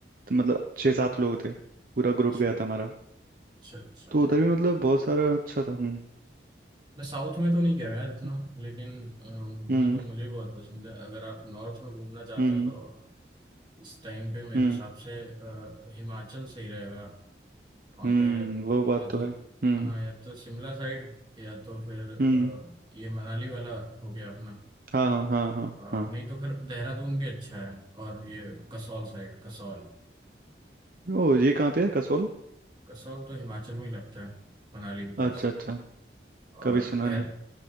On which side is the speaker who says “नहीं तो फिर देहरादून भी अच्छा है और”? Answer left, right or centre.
Right